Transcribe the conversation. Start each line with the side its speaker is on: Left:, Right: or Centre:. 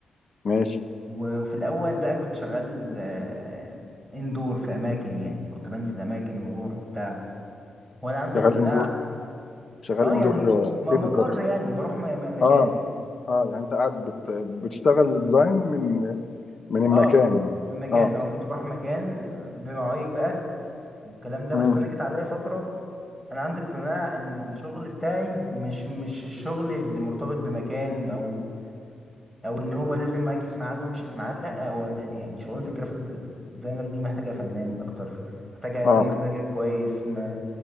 Left: ماشي
Centre: و- وفي الاول بقى كنت شغال آه، اندور في اماكن يعني كنت بنزل اماكن واروح وبتاع وانا عندي
Left: شغال
Centre: اقتناع
Left: اندور شغال
Centre: اه
Left: اندور
Centre: يعني
Left: آه،
Centre: م-
Left: ايه بالظبط
Centre: مقر يعني بروح م- م- مكان
Left: اه اه يعني انت قاعد بت... بتشتغل ديزاين من من المكان
Centre: اه من مكان
Left: اه
Centre: اه كنت بروح مكان آه، بمواعيد بقى والكلام ده
Left: امم
Centre: بس انا جيت عليا فتره انا عندي اقتناع ان الشغل بتاعي مش مش الشغل اللي مرتبط بمكان او او ان هو لازم اجي في ميعاد وامشي في ميعاد لا هو يعني شغلانه الجرافيك ديزاينر دي محتاجه فنان اكتر محتاجه يكون
Left: اه
Centre: مزاجك كويس ما